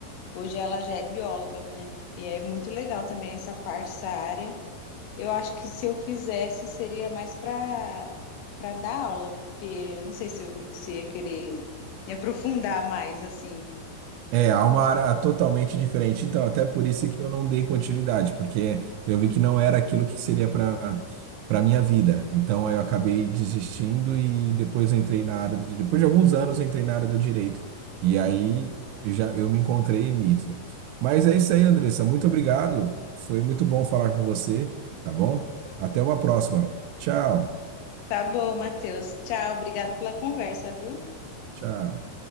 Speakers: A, on the left (about 85°); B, on the right (about 85°).
A: hoje ela já é bióloga, né? E é muito legal também essa parte, essa área. Eu acho que se eu fizesse seria mais para para dar aula, porque eu não sei se eu se ia querer me aprofundar mais assim.
B: É, há uma área totalmente diferente. Então, até por isso que eu não dei continuidade, porque eu vi que não era aquilo que seria para para minha vida. Então, aí eu acabei desistindo e depois eu entrei na área do direito. Depois de alguns anos, eu entrei na área do direito. E aí eu já eu me encontrei nisso. Mas é isso aí, Andressa. Muito obrigado. Foi muito bom falar com você, tá bom? Até uma próxima. Tchau.
A: Tá bom, Matheus. Tchau, obrigado pela conversa, viu?
B: Tchau.